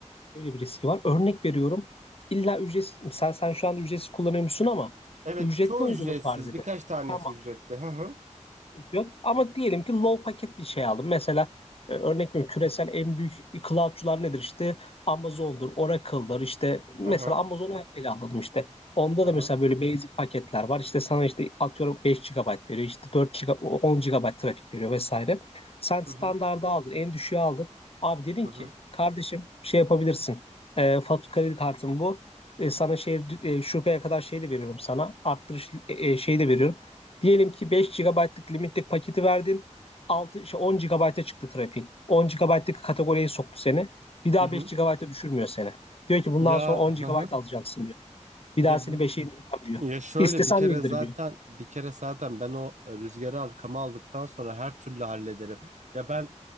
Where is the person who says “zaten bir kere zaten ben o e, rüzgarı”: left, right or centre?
Right